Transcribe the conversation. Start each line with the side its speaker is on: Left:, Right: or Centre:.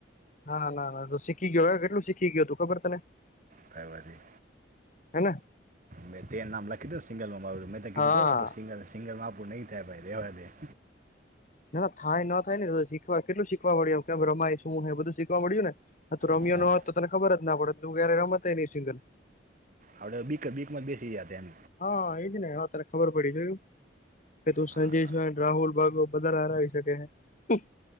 Left: હા ના ના તો શીખી ગયો હવે કેટલું શીખી ગયું તું ખબર તને?
Right: થબર ની.
Left: લે.
Right: મેં તે નામ લખી સિંગલ માં મે
Left: હા
Right: કીધું આપણું સિંગલ સિંગલમાં આપું નહીં થાય ભાઈ રેવા દે.
Left: નો થાય નો થાય ન થાય ને શીખવા કેટલું શીખવા મળડ્યું કેમ રમાય શું હ બધું શીખવા મળ્યું ને. <inaudible>
Right: હા
Left: ઈ ન હોત તો તને ખબર જ ના પડે તું ક્યારે રમત નહી સિંગલ.
Right: આપડે બી બીક માં જ બેસી જયા એમ.
Left: હા એજ ને હા તને ખબર પડી જોયું કે તું
Right: હા
Left: સંજેશભાઈ રાહુલ બા બધારે હાર આવી શકે છે.